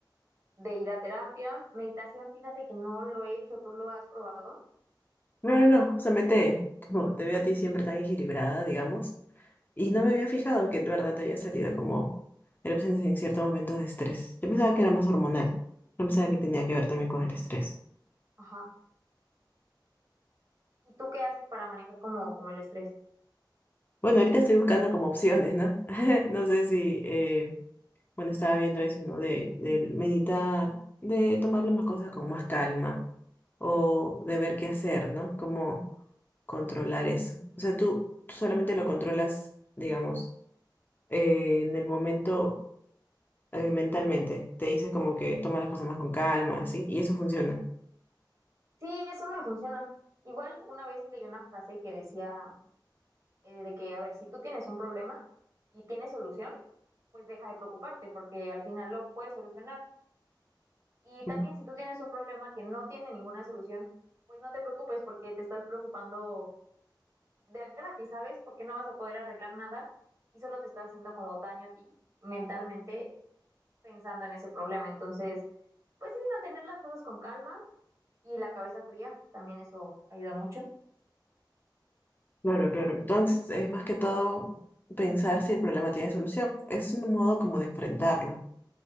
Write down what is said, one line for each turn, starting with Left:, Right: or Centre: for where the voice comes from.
Right: de ir a terapia. Meditación, fíjate que no lo he hecho, ¿tú lo has probado?
Left: No, no, no, justamente como te veo a ti siempre tan equilibrada, digamos, y no me había fijado que de verdad te había salido como erupciones en ciertos momentos de estrés. Yo pensaba que era más hormonal, no pensaba que tenía que ver también con el estrés.
Right: Ajá. ¿Y tú qué haces para manejar como, como el estrés?
Left: Bueno, ahorita estoy buscando como opciones, ¿no? <laughs> No sé si, eh, bueno, estaba viendo eso, ¿no? De, del meditar, de tomar las cosas con más calma, o de ver qué hacer, ¿no? Cómo controlar eso. O sea, tú, tú solamente lo controlas, digamos, eh, en el momento eh, mentalmente. Te dice como que toma las cosas más con calma, así, y eso funciona.
Right: Sí, eso me funciona. Igual una vez leí una frase que decía eh, de que, a ver, si tú tienes un problema y tienes solución, pues deja de preocuparte porque al final lo puedes solucionar. Y
Left: Mm,
Right: también si tú tienes un problema que no tiene ninguna solución, pues no te preocupes porque te estás preocupando de a gratis, ¿sabes? Porque no vas a poder arreglar nada y solo te estás haciendo como daño a ti mentalmente pensando en ese problema. Entonces, pues sí, mantener las cosas con calma y la cabeza fría, también eso ayuda mucho.
Left: Claro, claro. Entonces es más que todo pensar si el problema tiene solución. Es un modo como de enfrentarlo,